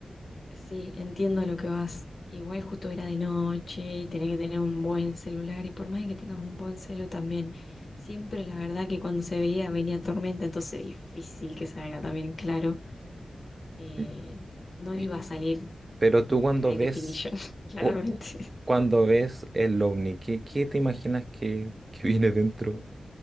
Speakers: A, on the left; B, on the right.
A: Sí, entiendo a lo que vas. Igual justo era de noche, tenés que tener un buen celular y por más que tengas un buen celu también, siempre la verdad que cuando se veía venía tormenta, entonces difícil que salga también, claro. Eh,
B: Y-
A: no
B: y-
A: iba a salir
B: Pero tú cuando
A: high
B: ves
A: definition, <laughs> claramente.
B: Cu- cu- Cuando ves el ovni, ¿qué, qué te imaginas que, que viene dentro?